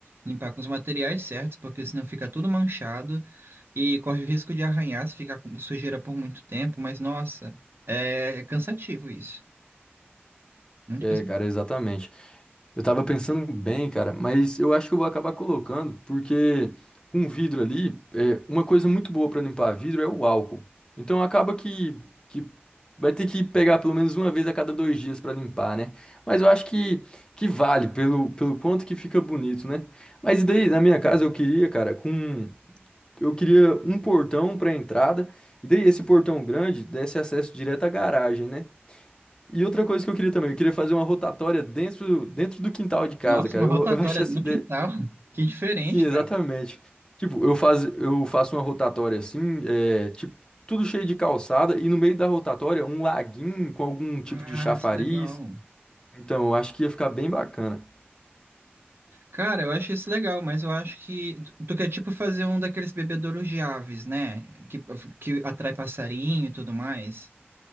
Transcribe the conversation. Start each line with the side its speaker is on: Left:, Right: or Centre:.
Right: limpar com os materiais certos, porque senão fica tudo manchado e corre o risco de arranhar se ficar com sujeira por muito tempo, mas nossa, é cansativo isso, muito
Left: É, cara, exatamente. Eu tava pensando bem, cara, mas eu acho que eu vou acabar colocando, porque com vidro ali, é, uma coisa muito boa pra limpar vidro é o álcool. Então acaba que, que vai ter que pegar pelo menos uma vez a cada dois dias pra limpar, né? Mas eu acho que, que vale pelo, pelo quanto que fica bonito, né? Mas e daí, na minha casa, eu queria, cara, com. Eu queria um portão pra entrada, e daí esse portão grande desse acesso direto à garagem, né? E outra coisa que eu queria também, eu queria fazer uma rotatória dentro, dentro do quintal de casa,
Right: Nossa,
Left: cara.
Right: uma rotatória
Left: Eu, eu <laughs> acho essa
Right: no
Left: ideia.
Right: quintal. Que diferente,
Left: Sim, exatamente.
Right: cara.
Left: Tipo, eu, faz, eu faço uma rotatória assim, é, tipo, tudo cheio de calçada, e no meio da rotatória, um laguinho com algum tipo
Right: Ah,
Left: de chafariz.
Right: isso é legal.
Left: Então, eu acho que ia ficar bem bacana.
Right: Cara, eu acho isso legal, mas eu acho que tu tu quer tipo fazer um daqueles bebedouros de aves, né? Que, que atrai passarinho e tudo mais.